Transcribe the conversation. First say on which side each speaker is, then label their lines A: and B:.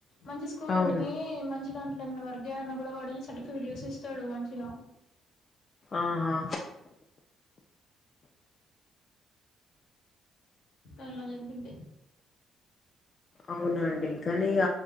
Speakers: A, on the left (about 70°); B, on the left (about 45°).
A: మంచి స్కోర్
B: అవునా
A: ఉంటునే మంచి దాంట్లోనే ఏమన్నా వర్క్ జెఅన్న కూడా వాడు ఈ సర్టిఫికేట్ చూసిస్తాడు మంచిగా
B: ఆహా
A: అలా జరిగింది
B: అవునండి కానీ ఇగ